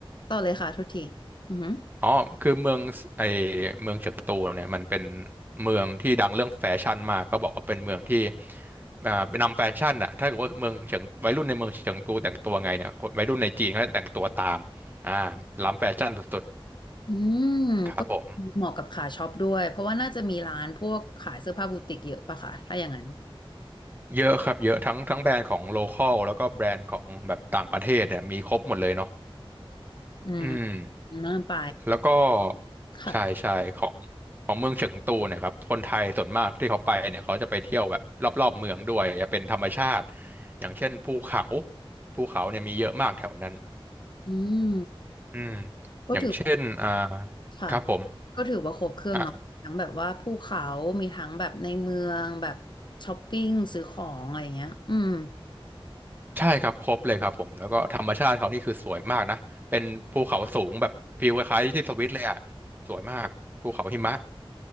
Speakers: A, on the left; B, on the right.
A: ต่อเลยค่ะทุกทีอือหือ
B: อ๋อคือเมืองไอเมืองเฉิงตูเนี่ยมันเป็นเมืองที่ดังเรื่องแฟชั่นมากก็บอกว่าเป็นเมืองที่อ่านำแฟชั่นอะถ้าเกิดว่าเมืองเฉิงวัยรุ่นในเมืองเฉิงตูแต่งตัวไงเนี่ยคนวัยรุ่นในจีนเขาจะแต่งตัวตามอ่าล้ำแฟชั่นสุด
A: อืม
B: ๆครับผม
A: ก็เหมาะกับขาช็อปด้วยเพราะว่าน่าจะมีร้านพวกขายเสื้อผ้าบูติกเยอะป่ะคะถ้าอย่างนั้น
B: เยอะครับเยอะทั้งทั้งแบรนด์ของโลคอลแล้วก็แบรนด์ของแบบต่างประเทศเนี่ยมีครบหมดเลยเนาะ
A: อืม
B: อืม
A: น่าไป
B: แล้วก็
A: ค่ะ
B: ใช่ใช่ของของเมืองเฉิงตูเนะครับคนไทยส่วนมากที่เขาไปเนี่ยเขาจะไปเที่ยวแบบรอบๆเมืองด้วยจะเป็นธรรมชาติอย่างเช่นภูเขาภูเขาเนี่ยมีเยอะมากแถวนั้น
A: อืม
B: อืม
A: ก็ถือว่า
B: อย่างเช่นอ่า
A: ค่ะ
B: ครับผม
A: ก็ถือว่าครบเครื่องเนาะทั้งแบบว่าภูเขามีทั้งแบบในเมืองแบบช้อปปิ้งซื้อของอะไรเงี้ยอืม
B: อ่ะใช่ครับครบเลยครับผมแล้วก็ธรรมชาติเขานี่คือสวยมากนะเป็นภูเขาสูงแบบฟีลคล้ายๆที่สวิตเลยอ่ะสวยมากภูเขาหิมะ